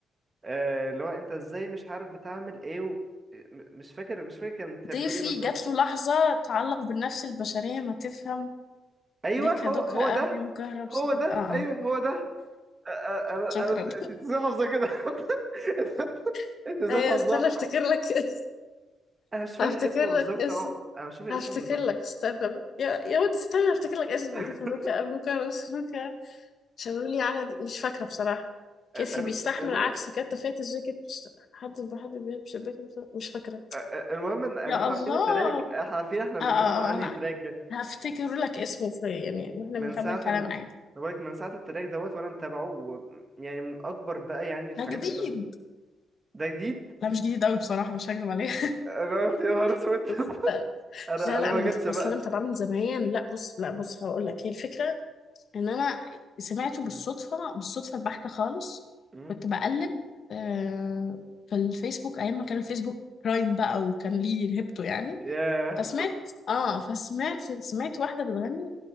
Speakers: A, on the right; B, on the left.
A: آه، اللي هو انت ازاي مش عارف بتعمل ايه و... م- مش فاكر مش فاكر كانت هي
B: ضيفي
A: بتقول ايه بالظبط
B: جات له لحظه تعلق بالنفس البشريه ما تفهم
A: ايوه
B: دكا
A: هو
B: دوكا
A: هو
B: اب
A: ده
B: يوم كهرب سبت
A: هو ده
B: اه آه.
A: ايوه هو ده آه، آه، انا
B: شكرا
A: انا انت ازاي حافظه كده <laughs> انت
B: <laughs>
A: أنت ازاي
B: ايوه
A: حافظه
B: استنى افتكر لك اسم
A: انا مش فاكر
B: افتكر
A: اسمه بالظبط
B: لك اسم
A: اهو انا مش فاكر
B: هفتكر
A: اسمه بالظبط
B: لك استنى بقى. يا يا ودي استنى هفتكر لك اسمه
A: <laughs>
B: دي كادوكا ابوكا راسلوكا شاورولي على دي. مش فاكره بصراحه
A: آه،
B: كيسي
A: آه،
B: بيستحمل
A: المهم
B: عكس كتة فات الجاكيت مش حد بحد بيلبس شباك مش فاكره
A: آه، آه، المهم ان إن
B: يا
A: احنا
B: الله
A: عارفين التراك احنا عارفين احنا بنتكلم
B: آه, آه, آه
A: عن انهي
B: انا
A: تراك يعني
B: هفتكر لك اسمه في يعني واحنا
A: فمن
B: بنكمل
A: ساعه
B: كلام
A: ال
B: عادي
A: بقولك من ساعه التراك دوت وانا متابعه و... يعني من اكبر بقى يعني الحاجات
B: ده جديد
A: اللي ده جديد
B: لا مش جديد قوي بصراحه مش هكدب عليك
A: انا قلت يا نهار اسود
B: <laughs>
A: <laughs>
B: بس
A: انا
B: لا
A: انا
B: لا
A: ما
B: انا
A: جاتش
B: مت-
A: بقى
B: اصلا انا متابعه من زمان لا بص لا بص هقول لك هي الفكره ان انا سمعته
A: مم.
B: بالصدفه بالصدفه البحته خالص
A: مم.
B: كنت بقلب آه، في الفيسبوك ايام ما كان الفيسبوك برايم بقى وكان ليه هيبته يعني
A: ياه
B: فسمعت اه فسمعت سمعت واحده بتغني